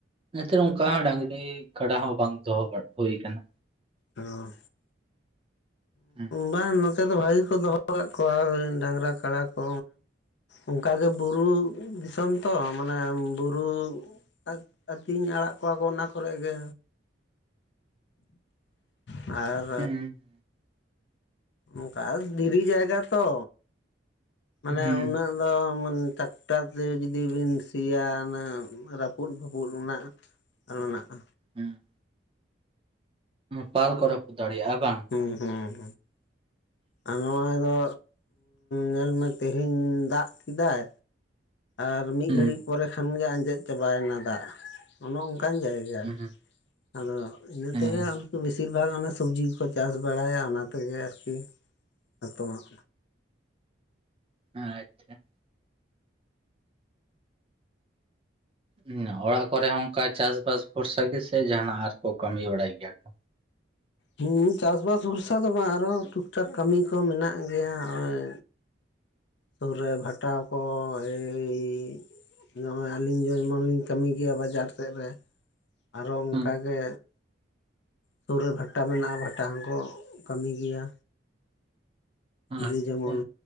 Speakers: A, on the right (about 30°); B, on the left (about 70°).
A: ᱮᱱᱛᱮ ᱚᱱᱠᱟ ᱰᱟᱝᱨᱤ ᱠᱟᱰᱟ ᱦᱚᱸ ᱵᱟᱝ ᱫᱚᱦᱚ ᱦᱩᱭᱩ ᱟᱠᱟᱱᱟ᱾
B: ᱚᱸ
A: ᱦᱩᱸ
B: ᱵᱟᱝ ᱱᱚᱛᱮ ᱱᱚᱛᱮ ᱫᱚ ᱵᱷᱟᱜᱤ ᱠᱚ ᱫᱚᱦᱚ ᱟᱠᱟᱟᱜ ᱠᱚᱣᱟ ᱰᱟᱝᱨᱟ- ᱠᱟᱰᱟ ᱠᱚ ᱚᱱᱠᱟ ᱜᱮ ᱵᱩᱨᱩ ᱫᱤᱥᱚᱢ ᱛᱚ ᱢᱟᱱᱮ ᱵᱩᱨᱩ ᱟ ᱟᱹᱛᱤᱧ ᱟᱲᱟᱜ ᱠᱚᱣᱟ ᱠᱚ ᱚᱱᱟ ᱠᱚᱨᱮ ᱜᱮ᱾ ᱟᱨ
A: ᱦᱩᱸ
B: ᱚᱱᱠᱟ ᱫᱷᱤᱨᱤ ᱡᱟᱭᱜᱟ ᱛᱚ ᱢᱟᱱᱮ
A: ᱦᱩᱸ
B: ᱩᱱᱟᱹᱜ ᱟ ᱫᱚ ᱢᱟᱱᱮ ᱴᱨᱟᱠᱴᱟᱨ ᱛᱮ ᱡᱩᱫᱤ ᱵᱤᱱ ᱥᱤᱭᱟ ᱚᱱᱟ ᱨᱟᱹᱯᱩᱫ ᱯᱷᱟᱹᱯᱩᱫ ᱨᱮᱱᱟᱜ ᱢᱮᱱᱟᱜᱼᱟ᱾
A: ᱦᱮᱸ ᱯᱟᱨ ᱠᱚᱨᱚ ᱠᱚ ᱫᱟᱲᱮᱭᱟᱜᱼᱟ ᱵᱟᱝ
B: ᱦᱩᱸ ᱟᱨ ᱱᱚᱜᱼᱚᱭ ᱫᱚ ᱧᱮᱞ ᱢᱮ ᱛᱮᱦᱮᱧ ᱫᱟᱜ ᱠᱮᱫᱟᱭ ᱟᱨ ᱢᱤᱫ
A: ᱦᱩᱸ
B: ᱜᱷᱟᱹᱲᱤᱡ ᱯᱚᱨᱮ ᱠᱷᱟᱱᱜᱮ ᱟᱸᱡᱮᱫ ᱪᱟᱵᱟᱭᱮᱱᱟ ᱫᱟᱜ᱾ ᱚᱱᱮ ᱚᱱᱠᱟᱱ ᱡᱟᱭᱜᱟ
A: ᱦᱩᱸ
B: ᱟᱫᱚ ᱤᱱᱟᱹ
A: ᱦᱮᱸ
B: ᱛᱮᱜᱮ ᱩᱱᱠᱩ ᱵᱤᱥᱤᱨ <unintelligible> ᱚᱱᱮ ᱥᱚᱵᱡᱤ ᱠᱚᱠᱚ ᱪᱟᱥ ᱵᱟᱲᱟᱭᱟ ᱚᱱᱟ ᱛᱮᱜᱮ ᱟᱨᱠᱤ ᱱᱤᱛᱚᱢᱟᱜ
A: ᱟᱪᱪᱷᱟ ᱦᱮ ᱚᱲᱟᱜ ᱠᱚᱨᱮ ᱦᱚᱸ ᱚᱱᱠᱟ ᱪᱟᱥᱵᱟᱥ ᱵᱷᱚᱨᱥᱟ ᱜᱮ ᱥᱮ ᱡᱟᱦᱱᱟᱜ ᱟᱨ ᱠᱚ ᱠᱟᱹᱢᱤ ᱵᱟᱲᱟᱭ ᱜᱮᱭᱟ ᱠᱚ
B: ᱦᱮᱸ ᱪᱟᱥᱵᱟᱥ ᱵᱷᱚᱨᱥᱟ ᱫᱚ ᱵᱟᱝ ᱟᱨᱚ ᱴᱩᱠ ᱴᱟᱠ ᱠᱟᱹᱢᱤ ᱠᱚ ᱢᱮᱱᱟᱜ ᱜᱮᱭᱟ ᱱᱚᱜᱚᱭ ᱥᱩᱨ ᱨᱮ ᱵᱷᱟᱴᱟᱣ ᱠᱚ ᱮᱭ ᱱᱚᱜᱼᱚᱭ ᱟᱹᱞᱤᱧ ᱡᱮᱢᱚᱱ ᱞᱤᱧ ᱠᱟᱹᱢᱤ ᱜᱮᱭᱟ ᱵᱟᱡᱟᱨ ᱥᱮᱫ ᱨᱮ ᱟᱨᱚ ᱚᱱᱠᱟᱜ
A: ᱦᱩᱸ
B: ᱜᱮ ᱥᱩᱨ ᱨᱮ ᱵᱷᱟᱴᱟ ᱢᱮᱱᱟᱜᱼᱟ ᱵᱷᱟᱴᱟ ᱦᱚᱸᱠᱚ ᱠᱟᱹᱢᱤ ᱜᱮᱭᱟ ᱞᱤ
A: ᱟᱪᱪᱷᱟ
B: ᱡᱮᱢᱚᱱ